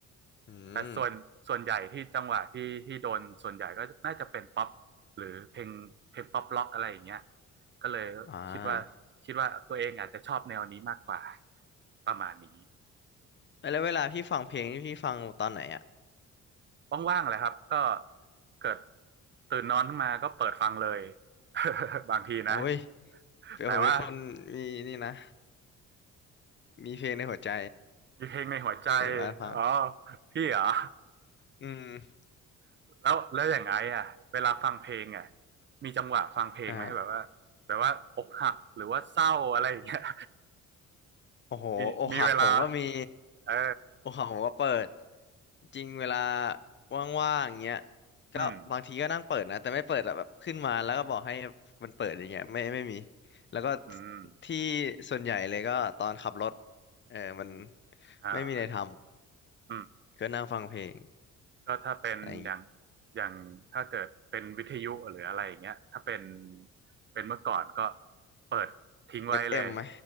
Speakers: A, on the left (about 40°); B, on the right (about 40°).
A: อืม
B: แต่ส่วนส่วนใหญ่ที่จังหวะที่ที่โดนส่วนใหญ่ก็น่าจะเป็นป๊อปหรือเพลงเพลงป๊อปล็อกอะไรอย่างเงี้ยก็เลยคิดว่าคิดว่าตัวเองอาจจะชอบแนวนี้มากกว่า
A: อ่า
B: ประมาณนี้
A: แล้วเวลาพี่ฟังเพลงนี่พี่ฟังตอนไหนอ่ะ
B: ว่างๆแหละครับก็เกิดตื่นนอนขึ้นมาก็เปิดฟังเลย <laughs> บางทีนะ
A: โอ้ยเปียผมเป็นคนมีนี่นะ
B: แต่ว่า
A: มีเพลงในหัวใจ
B: มีเพลงในหัวใจ
A: เปิดว่าฟัง
B: อ๋อพี่เหรอ
A: อืม
B: <laughs> แล้วแล้วอย่างไงอ่ะเวลาฟังเพลงอ่ะมีจังหวะฟังเพลงไหมแบบว่าแบบว่าอกหักหรือว่าเศร้าอะไรอย่างเงี้ย
A: อ่าโอ้โหอกหักผมก็มี
B: มีมีเวลาเออ
A: อกหักผมก็เปิด จริงเวลาว่างๆอย่างเงี้ยก็บางทีก็นั่งเปิดนะ
B: อืม
A: แต่ไม่เปิดอะแบบขึ้นมาแล้วก็บอกให้มันเปิดอย่างเงี้ยไม่ไม่มีแล้วก็
B: อืม
A: ที่ส่วนใหญ่เลยก็ตอนขับรถเออมัน
B: อ่า
A: ไม่มีอะไรท
B: อืม
A: ำก็นั่งฟังเพลง
B: ก็ถ้าเป็นอย่าง
A: ใน
B: อย่างถ้าเกิดเป็นวิทยุหรืออะไรอย่างเงี้ยถ้าเป็นเป็นเมื่อก่อนก็เปิดทิ้งไว้เลย
A: FM ไหม